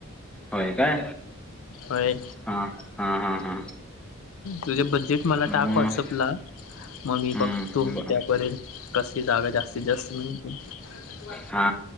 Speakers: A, in the centre; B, on the left.
A: होय काय
B: होय.
A: हां हां हां हां.
B: तुझे बजेट मला
A: मग
B: टाक व्हॉट्सअपला. म मी
A: हम्म
B: बघतो
A: ब-
B: त्यापर्यंत कसी जागा जास्तीत जास्त. <unintelligible>
A: हा